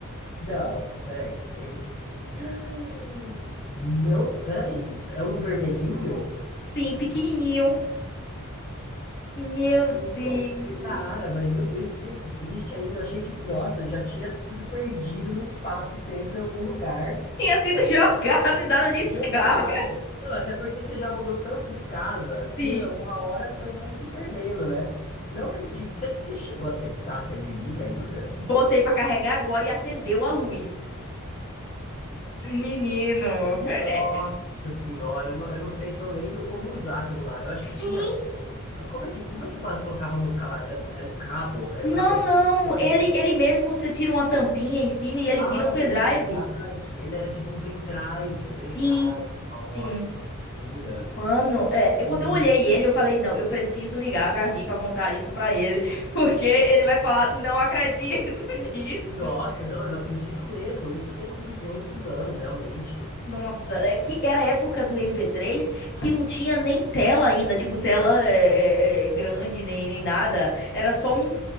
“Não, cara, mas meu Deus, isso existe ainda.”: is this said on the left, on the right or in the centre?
Left